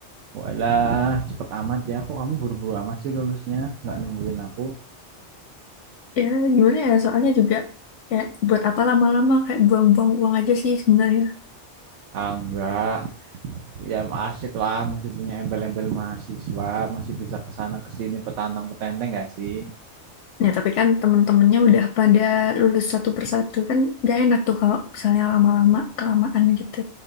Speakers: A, on the right; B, on the left.
A: walah, cepet amat ya. Kok kamu buru-buru amat sih lulusnya? Nggak nungguin aku?
B: Ya, gimana ya? Soalnya juga kayak buat apa lama-lama kayak buang-buang uang aja sih sebenarnya.
A: Ah, enggak. Ya asik lah, masih punya embel-embel mahasiswa, masih bisa kesana kesini petantang-petenteng nggak sih?
B: Nah, tapi kan temen-temennya udah pada lulus satu persatu. Kan gak enak tuh kalau misalnya lama-lama kelamaan gitu.